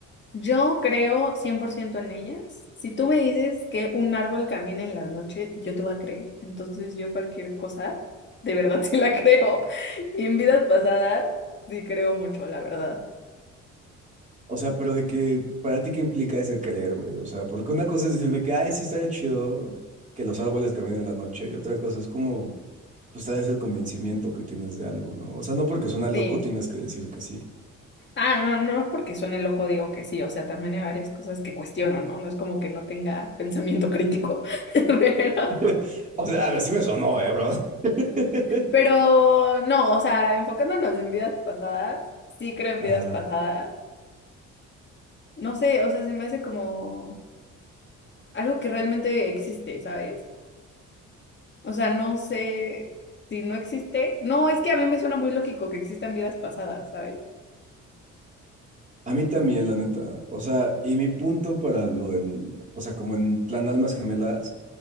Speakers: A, on the left (about 35°); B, on the right (about 25°).
A: Yo creo 100% en ellas. Si tú me dices que un árbol camina en la noche, yo te voy a creer. Entonces yo cualquier cosa, de verdad <laughs> sí la creo. Y en vidas pasadas, sí creo mucho, la verdad.
B: O sea, pero de que, para ti, ¿qué implica ese creer, güey? O sea, porque una cosa es decir de que, ay, sí estaría chido que los árboles caminen en la noche, y otra cosa es como... pues tal vez el convencimiento que tienes de algo, ¿no? O sea, no porque suena loco
A: Sí.
B: tienes que decir que sí.
A: Ah, no, no, no porque suene loco digo que sí. O sea, también hay varias cosas que cuestiono, ¿no? No es como que no tenga pensamiento crítico. <laughs> Pero,
B: <laughs> O sea, así me sonó, eh, bro. <laughs>
A: pero no, o sea, enfocándonos en vidas pasadas, sí creo en
B: Ajá.
A: vidas pasadas. No sé, o sea, se me hace como... algo que realmente existe, ¿sabes? O sea, no sé si no existe. No, es que a mí me suena muy lógico que existan vidas pasadas, ¿sabes?
B: A mí también, la neta. O sea, y mi punto para lo del, o sea, como en plan almas gemelas.